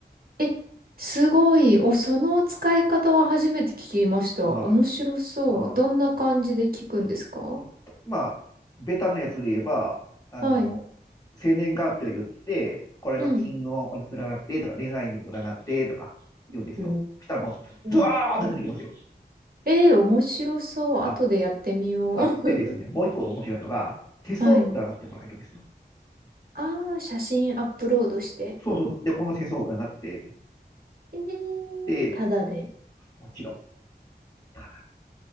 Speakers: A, on the right (about 60°); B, on the left (about 20°).
A: え、すごい。お、その使い方は初めて聞きました。
B: はい。
A: 面白そう。
B: まあ
A: どんな感じで聞くんですか
B: もうまあ、ベタなやつで言えば、あの、
A: はい。
B: 生年月日を言って、これの金運を占ってとか、
A: うん。
B: 恋愛運を占ってとか言うんですよ。
A: お
B: したらもう、ドワーッと出てきますよ。
A: ー。えー面白そう。
B: あ、
A: 後でやってみよう。
B: あ、でですね、もう一個面白いのが、手相を占ってもらえるんですよ。
A: <laughs> はい。ああ、写真アップロードして。
B: そうそう。で、この手相を占って、
A: えーただで。
B: で、こもちろん、ただ、